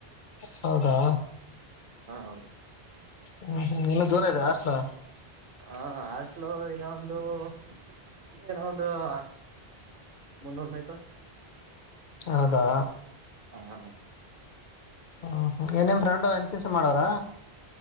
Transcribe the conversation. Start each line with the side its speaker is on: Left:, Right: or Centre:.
Left: ಹೌದಾ
Right: ಹೌದು
Left: ಹ್ಮ್ ಹ್ಮ್ ಇನ್ನು ದೂರ ಇದೆ ಅಷ್ಟಲ
Right: ಹ ಅಷ್ಟಲು ಇನ್ನ ಒಂದುನೋ ಒಂದು ಒ ಮುನ್ನೂರು ಮೀಟರ್
Left: ಹೌದಾ
Right: ಹ ಹಾ ಹಾ
Left: ಹ್ಮ ಏನಿಮ್ ಫ್ರೆಂಡ್ ಎನ್ ಸಿ ಸಿ ಮಾಡೋರ